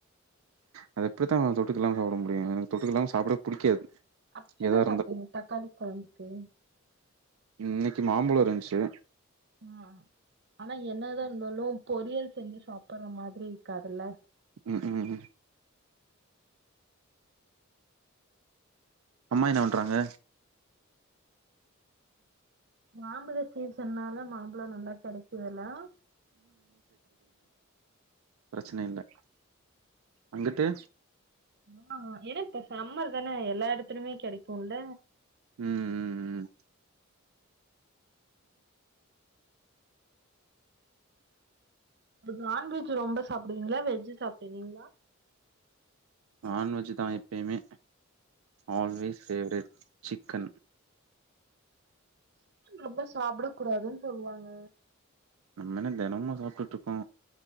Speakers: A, on the right; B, on the right.
A: அது எப்படித்தா தொட்டுக்கில்லாம சாப்பிட முடியுங்க எனக்கு தொட்டுக்கில்லாம சாப்டவே புடிக்காது
B: அப்டி என்ன
A: எதா
B: சாப்ட்டீங்க
A: இருந்தாலு
B: தக்காளி கொழம்புக்கு
A: இன்னைக்கு மாம்பழோ இருந்ச்சு
B: ஆ ஆனா என்னதா இருந்தாலு பொரியல் செஞ்சு சாப் பற மாரி இருக்காதுல்ல
A: உம் ம் அம்மா என்ன பண்றாங்க
B: மாம்பழ சீசன்னால மாம்ப அவ்ளோ நல்லா கெடைக்குதல்லாம்
A: பிரச்சனை இல்ல அங்கிட்டு
B: ஆ ஏன்னா இப்ப சம்மர் தானே எல்லா எடத்துலுமே கெடைக்கும்ல
A: உம்ம்
B: உங்களுக்கு நான்வெஜ் ரொம்ப சாப்பிடுவீங்களா வெஜ் சாப்பிடுவீங்களா
A: நான்வெஜ் தா எப்பயுமே ஆல்வேஸ் ஃபேவரட் சிக்கன்
B: சிக்கன் ரொம்ப சாப்புட கூடாதுன்னு சொல்லுவாங்க
A: நம்மென்னா தெனமுமா சாப்டுட்டு இருக்கோ